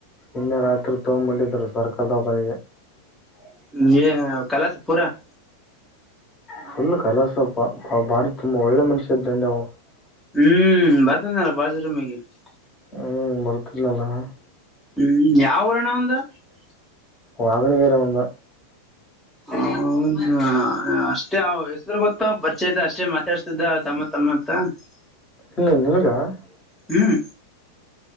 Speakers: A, on the left; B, in the centre.
A: ನಿನ್ನೆ ರಾತ್ರಿ ತೊಗೋಬಂದಿದ್ರು ಸರ್ಕಾರ ದವಾಖಾನೆಗೆ. <unintelligible>
B: ನೇಹ ಕಲಸಪೂರ? <unintelligible>
A: ಫುಲ್ ಕಲಸ ಪಾಪ್ ಬಾರಿ ತುಂಬಾ ಒಳ್ಳೆ ಮನುಷ್ಯ ಇದ್ದೆ ಅಂದೆ ಅವ <unintelligible>
B: ಹೂ ಬರ್ತನಲ್ಲ ಬಾತ್ರೂಮ್ ಗೇ <unintelligible>
A: ಹೂ ಬರ್ತದ್ನಲ್ಲ? <unintelligible>
B: ಹೂ ಯಾವ ಊರ ಅಣ್ಣ ಅವಂದ? <unintelligible>
A: ವಾಗನಗೇರಿ ಅವಂದ. <unintelligible>
B: ಹೌದಾ? <unintelligible> ಹ ಅಷ್ಟೇ ಅವ್ ಹೆಸರು ಗೊತ್ತ್ ಪರಿಚಯ ಇದ ಅಷ್ಟೇ ಮಾತಾಡ್ಸ್ತಿದ್ದ ತಮ್ಮ ತಮ್ಮ ಅಂತ? <unintelligible>
A: ಇಲ್ಲ ನಿನಗಾ? <unintelligible>
B: ಹೂ <unintelligible>